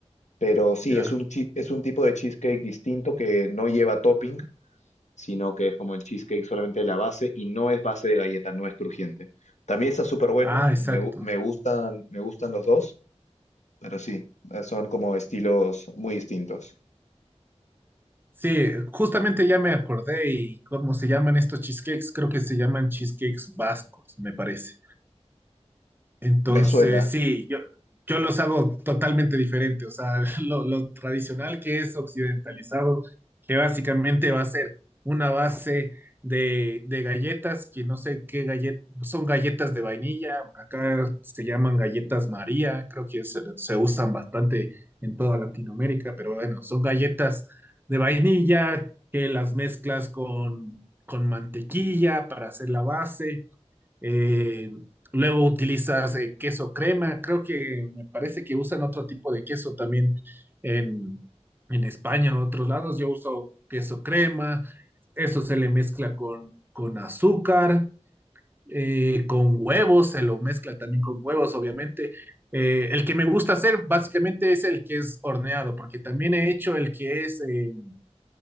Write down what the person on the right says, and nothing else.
Ya.
Ah, exacto.
Sí, justamente ya me acordé y cómo se llaman estos cheesecakes, creo que se llaman cheesecakes vascos, me parece. Entonces,
sí, yo, yo los hago totalmente diferente. O sea, <laughs> lo, lo tradicional que es occidentalizado, que básicamente va a ser una base de, de galletas, que no sé qué galletas, son galletas de vainilla, acá se llaman galletas María, creo que se, se usan bastante en toda Latinoamérica, pero bueno, son galletas de vainilla que las mezclas con, con mantequilla para hacer la base eh, luego utilizas eh, queso crema, creo que me parece que usan otro tipo de queso también en, en España, o otros lados. Yo uso queso crema, eso se le mezcla con, con azúcar, eh, con huevos, se lo mezcla también con huevos, obviamente. Eh, el que me gusta hacer básicamente es el que es horneado, porque también he hecho el que es... eh,